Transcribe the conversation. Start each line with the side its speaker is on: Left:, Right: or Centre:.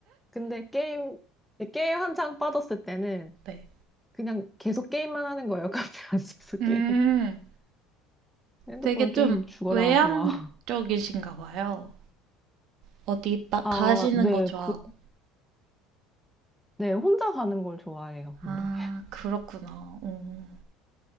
Centre: 근데 게임 네, 게임 한창 빠졌을 때는
Right: 네.
Centre: 그냥 계속 게임만 하는 거예요. <laughs> 카페 앉아서 게임.
Right: 음,
Centre: 핸드폰
Right: 되게 좀
Centre: 게임 죽어라
Right: 외향적이신가
Centre: 하고 막.
Right: 봐요. 어디 딱
Centre: 아,
Right: 가시는
Centre: 네,
Right: 거 좋아하고.
Centre: 그, 네, 혼자 가는 걸 좋아해요, 근데.
Right: 아, 그렇구나. 오.